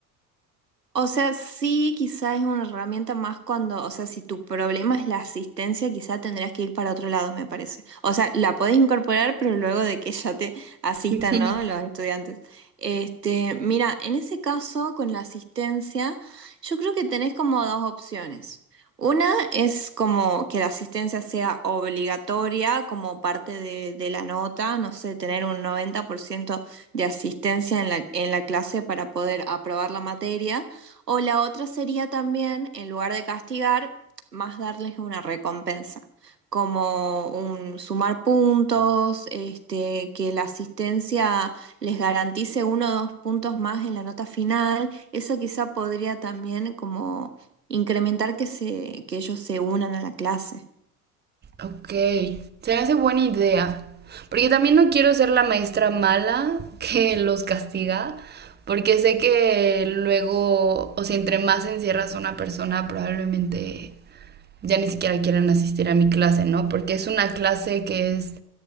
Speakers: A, on the right; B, on the right.
A: O sea, sí, quizá es una herramienta más cuando, o sea, si tu problema es la asistencia, quizá tendrías que ir para otro lado, me parece. O sea, la podés incorporar, pero luego de que ya te asistan,
B: <laughs>
A: ¿no? Los estudiantes. Este, mira, en ese caso, con la asistencia, yo creo que tenés como dos opciones. Una es como que la asistencia sea obligatoria como parte de, de la nota, no sé, tener un 90% de asistencia en la, en la clase para poder aprobar la materia. O la otra sería también, en lugar de castigar, más darles una recompensa, como un sumar puntos, este, que la asistencia les garantice uno o dos puntos más en la nota final. Eso quizá podría también como incrementar que se, que ellos se unan a la clase.
B: Ok, se me hace buena idea. Porque también no quiero ser la maestra mala <laughs> que los castiga, porque sé que luego, o sea, entre más encierras a una persona, probablemente ya ni siquiera quieran asistir a mi clase, ¿no? Porque es una clase que es,